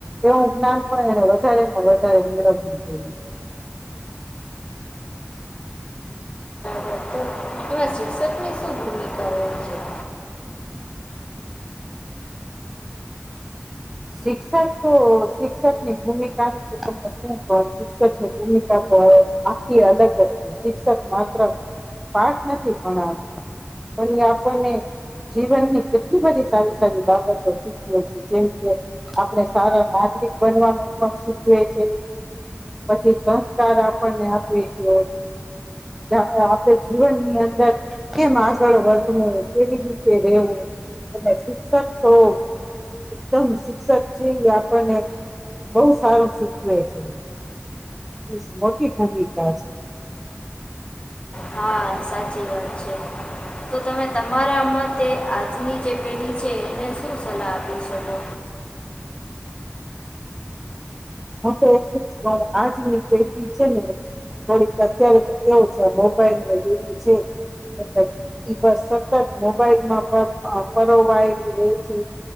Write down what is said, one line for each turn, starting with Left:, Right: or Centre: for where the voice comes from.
Centre: એવું જ્ઞાન પણ એણે વધારેમાં વધારે મેળવવું જોઈએ.
Left: પરતું એમાં શિક્ષકની શું ભૂમિકા હોય છે
Centre: શિક્ષક તો શિક્ષકની ભૂમિકાનું તો તમને શું <unintelligible> શિક્ષકની ભૂમિકા તો હવે આખી અલગ જ છે શિક્ષક માત્ર પાઠ નથી ભણાવતા <unintelligible> જીવનની કેટલી બધી સારી સારી બાબતો શીખ છે જેમ કે આપણે સારા નાગરિક બનવાનું પણ શીખવે છે. પછી સંસ્કાર આપણને આપે છે. જા એ આપડે જીવનની અંદર કેમ આગળ વધવું કેવી રીતે રેવું. અને શિક્ષક તો એકદમ શિક્ષક છે ઈ આપણને બોવ સારું શીખવે છે. મિસ મોટી ઘાની થાશે.
Left: હા સાચી વાત છે. તો તમે તમારા મતે આજની જે પેઢી છે એને શું સલાહ આપી શકો
Centre: હું તો એટલી જ <unintelligible> આજની પેઢી છે ને થોડીક અત્યારે તો કેવું છે મોબાઈલનો યુગ છે. <inaudible> ઈ બસ સતત મોબાઈલમાં પ અ પરોવાયેલી રે છે.